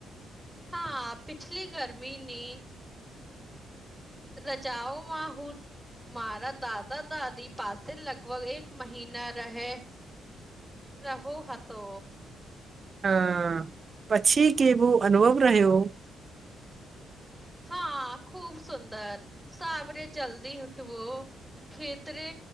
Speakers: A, in the centre; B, on the right.
A: હા પિછલી ગરમીની રજાઓમા હુ મારા દાદા દાદી પાસે લગભગ એક મહિના રહે રાહુ હતો
B: હા પછી કેવું અનુભવ રહ્યો.
A: હા ખુબ સુંદર સાવરે જલ્દી ઉઠવો ખેતરે